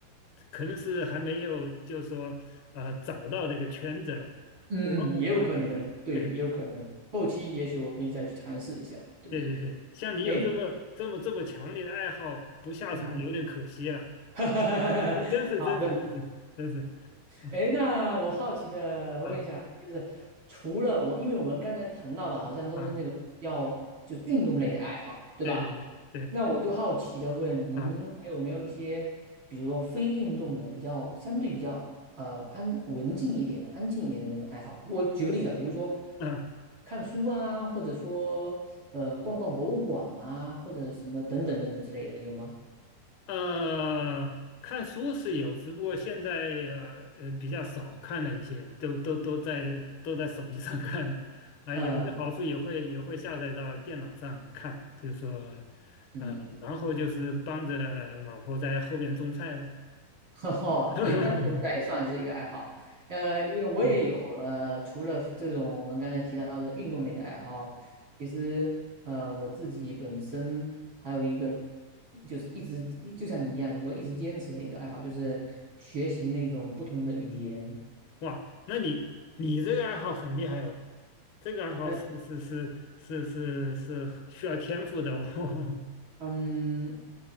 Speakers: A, on the left; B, on the right.
A: 可能是还没有就是说呃找到那个圈子了，
B: 嗯，
A: 我我呃
B: 也有可能，对，
A: 对。
B: 也有可能，后期也许我可以再去尝试一下。对对对，
A: 对对对，像你有这么这么这么强烈的爱好，
B: 哎，
A: 不下场有点可惜了。
B: 嗯，<laughs>
A: <laughs> 真真是真是真是真是，
B: 好的
A: 啊
B: 哎，那我好奇的问一下，
A: 啊
B: 就是除了我，因为我们刚才谈到的，好像都是那种要就是运动类的爱好，
A: 啊！
B: 对吧？
A: 对对对对
B: 那我就好奇的问您，
A: 啊
B: 还有没有一些，比如说非运动的，比较相对比较呃安文静一点的、安静一点的那种爱好？我举个例子啊，比如说
A: 啊
B: 看书啊，或者说呃逛逛博物馆啊，或者什么等等等等之类的，有吗？
A: 呃，看书是有，只不过现在呃呃比较少看了一些，都都都在都在手机上看了。啊，
B: 呃
A: 有些好处也会也会下载到电脑上看，就是说
B: 嗯嗯。
A: 呃，然后就是帮着老婆在后边种菜了。
B: <laughs> 哦，
A: <laughs>
B: 对，那这个也算是一个爱好。呃，因为我也有呃，
A: 嗯。
B: 除了这种我们刚才提到的运动类的爱好，其实呃，我自己本身还有一个，就是一直一就像你一样，就是说一直坚持的一个爱好，就是学习那种不同的语言。
A: 哇，那你你这个爱好很厉害哦，这个爱好是是是是是是需要天赋的哦。
B: 呃，
A: <laughs>
B: 嗯，